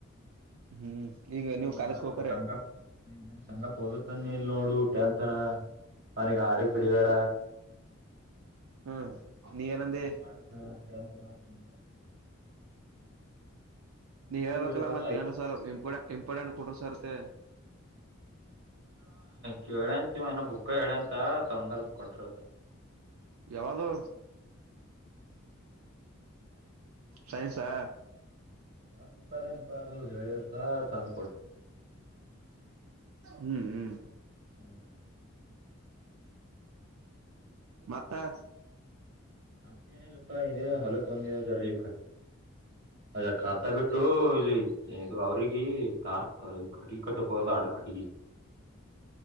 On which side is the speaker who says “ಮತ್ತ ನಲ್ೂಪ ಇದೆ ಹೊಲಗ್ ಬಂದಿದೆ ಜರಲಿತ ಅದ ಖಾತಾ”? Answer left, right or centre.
Right